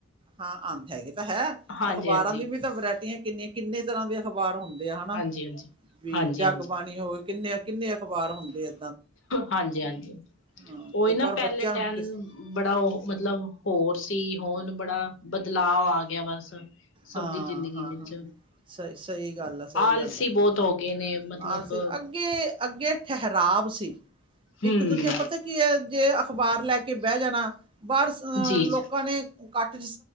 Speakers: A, on the right; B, on the left.
A: ਹਾਂ ਆ ਹੈਗੇ ਤਾਂ ਹੈ
B: ਹਾਂਜੀ
A: ਅਖ਼ਬਾਰਾਂ
B: ਹਾਂਜੀ
A: ਦੀ
B: ਹਾਂਜੀ
A: ਵੀ ਤਾਂ ਵਰਾਇਟੀਆਂ, ਕਿੰਨੀਆਂ ਕਿੰਨੇ ਤਰ੍ਹਾਂ ਦੇ ਅਖਬਾਰ ਹੁੰਦੇ ਹਨਾ
B: ਹਾਂਜੀ ਹਾਂਜੀ
A: ਵੀ
B: ਹਾਂਜੀ
A: ਜਗਬਾਣੀ ਹੋਵੇ, ਕਿੰਨੇ ਕਿੰਨੇ ਅਖ਼ਬਾਰ ਹੁੰਦੇ ਆ।
B: ਹਾਂਜੀ ਹਾਂਜੀ,
A: ਹਾਂ
B: ਉਹੀ
A: ਤੇ
B: ਨਾ
A: ਪਰ
B: ਪਹਿਲੇ
A: ਬੱਚਿਆਂ
B: ਟੈਮ
A: ਨੂੰ ਕਿਸ
B: ਬੜਾ ਉਹ ਮਤਲਬ ਹੋਰ ਸੀ, ਹੁਣ ਬੜਾ ਬਦਲਾਵ ਆ ਗਿਆ ਬਸ ਸਭ
A: ਹਾਂ
B: ਦੀ ਜ਼ਿੰਦਗੀ
A: ਹਾਂ
B: ਵਿੱਚ
A: ਹਾਂ ਸਹੀ ਸਹੀ ਗੱਲ ਆ, ਸਹੀ
B: ਆਲਸੀ
A: ਗੱਲ
B: ਬਹੁਤ ਹੋ ਗਏ ਨੇ ਮਤਲਬ
A: ਆ ਅਸੀ ਅੱਗੇ ਅੱਗੇ ਠਹਿਰਾਵ ਸੀ
B: ਹਮ
A: ਇੱਕ ਦੂਜੇ ਨੂੰ ਪਤਾ ਕੀ ਹੈ ਜੇ ਅਖ਼ਬਾਰ ਲੈ ਕੇ ਬਹਿ ਜਾਣਾ, ਬਾਹਰ ਅਹ
B: ਜੀ ਜੀ
A: ਲੋਕਾਂ ਨੇ ਇਕੱਠ,